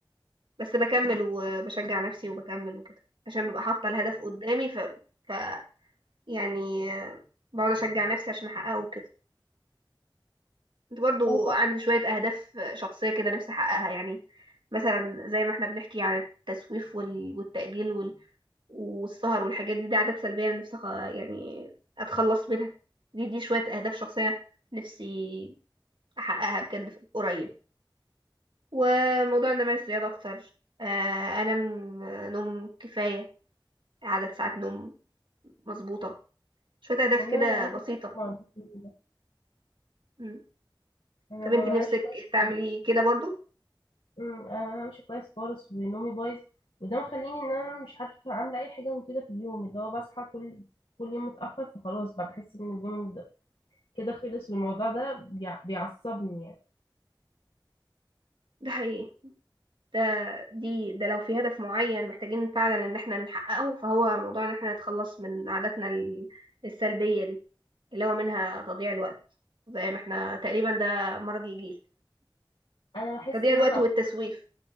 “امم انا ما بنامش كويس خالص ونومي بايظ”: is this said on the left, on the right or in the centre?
Left